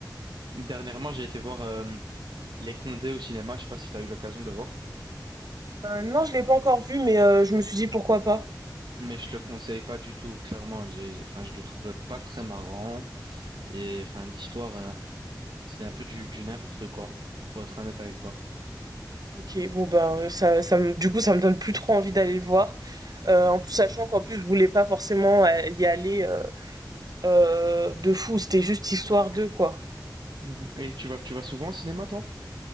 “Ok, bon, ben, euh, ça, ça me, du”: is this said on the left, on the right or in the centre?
Right